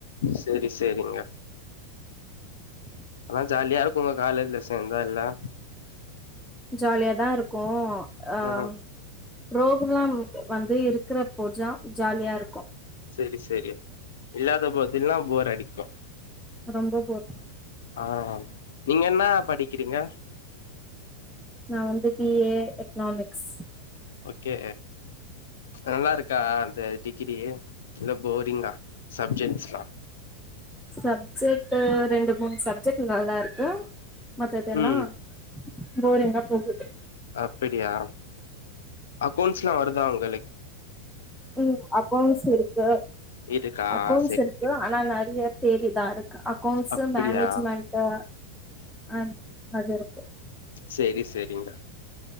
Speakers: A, on the left (about 60°); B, in the centre.
A: செரி செரிங்க
B: <inaudible>
A: அதா ஜாலியா இருக்குங்க காலேஜ்ல சேந்தால்ல
B: ஜாலியாதா இருக்கு ஆஹ்
A: ஆ
B: புரோக்ராம் வந்து இருக்குற போஜா ஜாலியா இருக்கு
A: செரி செரி இல்லாத போதில்லா போர் அடிக்கு
B: ரொம்ப போர்
A: ஆஹ் நீங்க என்ன படிக்கிறீங்க
B: நா வந்து பி ஏ எக்னாமிக்ஸ்
A: ஓகே நல்லாருக்கா அந்த டிகிரி இல்ல போரிங்கா சப்ஜெட்ஸ்லா
B: சப்ஜெக்ட்டு ரெண்டு மூணு சப்ஜெக்ட் நல்லாருக்கு மத்ததேல்லா
A: ம்
B: போரிங்கா போகுது
A: அப்படியா அக்கவுண்ட்ஸ்ல்லா வருதா உங்களு
B: உம் அக்கவுண்ட்ஸ் இருக்கு
A: இருக்கா
B: அக்கௌண்ட்ஸ்
A: செரி
B: இருக்கு
A: செரி
B: ஆனா நெறைய தேரிதாருக் அக்கௌண்ட்ஸ்
A: அப்படியா
B: மேனேஜ்மெண்ட்டு அன் அதுருக்கு
A: சேரி சேரிங்க